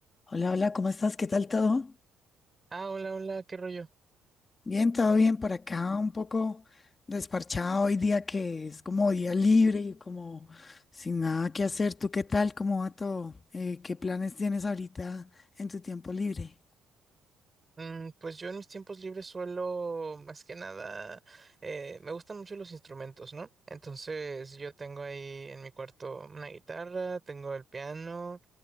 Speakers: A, on the left; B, on the right.
A: Hola, hola, ¿cómo estás? ¿Qué tal todo?
B: Ah, hola, hola, ¿qué rollo?
A: Bien, todo bien por acá, un poco desparchado hoy día que es como día libre y como sin nada que hacer. ¿Tú qué tal? ¿Cómo va todo? Eh, ¿qué planes tienes ahorita en tu tiempo libre?
B: Mm, pues yo en mis tiempos libres suelo, más que nada, eh, me gustan mucho los instrumentos, ¿no? Entonces yo tengo ahí en mi cuarto una guitarra, tengo el piano.